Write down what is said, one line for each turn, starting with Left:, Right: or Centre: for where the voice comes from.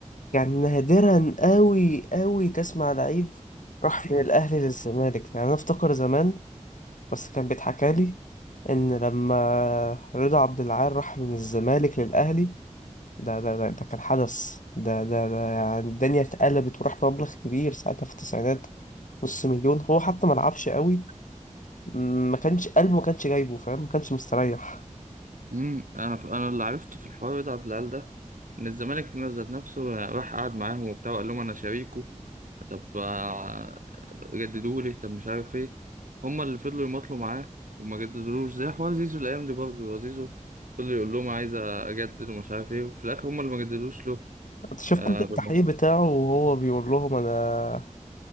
Left: يعني نادرا قوي قوي تسمع لعيب راح من الاهلي للزمالك يعني انا افتكر زمان بس كان بيتحكى لي ان لما رضا عبد العال راح من الزمالك للاهلي ده ده ده, ده كان حدث ده, ده ده يعني الدنيا اتقلبت وراح مبلغ كبير ساعتها في التسعينات نص مليون هو حتى ما لعبش قوي ما كانش قلبه ما كانش جايبه فاهم ما كانش مستريح
Right: امم انا ف... انا اللي عرفته في الحوار ده عبد العال ده ان الزمالك ذات نفسه راح قعد معاهم وبتاع وقال لهم انا شريكه طب آه، جددوا لي طب مش عارف ايه هما اللي فضلوا يماطلوا معاه وما جددولوش زي حوار زيزو الايام دي برضه زيزو فضل يقول لهم عايز اجدد ومش عارف ايه وفي الاخر هما اللي ما جددوش له
Left: شفت
Right: آه
Left: انت التحقيق
Right: بالم-
Left: بتاعه وهو بيقول لهم انا